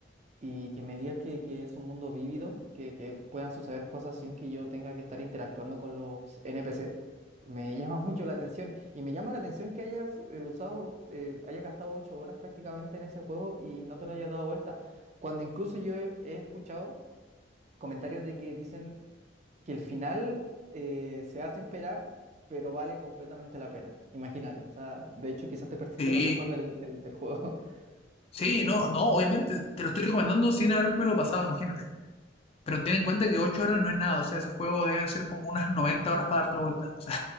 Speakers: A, on the right; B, on the left.
A: y que me digas que, que es un mundo vívido, que, que puedan suceder cosas sin que yo tenga que estar interactuando con los n p c Me llama <laughs> mucho la atención y me llama la atención que hayas eh, usado, eh, hayas gastado ocho horas prácticamente en ese juego y no te lo hayas dado vuelta. Cuando incluso yo he he escuchado comentarios de que dicen que el final eh, se hace esperar, pero vale completamente la pena. Imagínate, o sea, de hecho quizás te perdiste
B: Sí,
A: lo mejor del, del, del juego. <laughs>
B: sí, no, no, obviamente. Te lo estoy recomendando sin habérmelo pasado, imagínate. Pero ten en cuenta que 8 horas no es nada. O sea, ese juego deben ser como unas 90 horas para darte la vuelta. O sea,